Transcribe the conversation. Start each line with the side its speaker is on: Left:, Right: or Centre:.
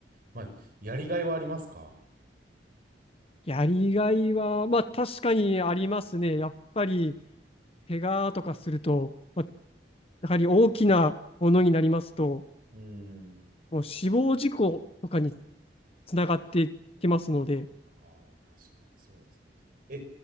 Right: まあ、やりがいはありますか
Left: やりがいは、まあ確かにありますね。やっぱり、怪我とかすると、まあ、やはり大きなものになりますと、
Right: うーん。
Left: もう死亡事故とかにつながってきますので、
Right: ああ、確かにそうですね。え、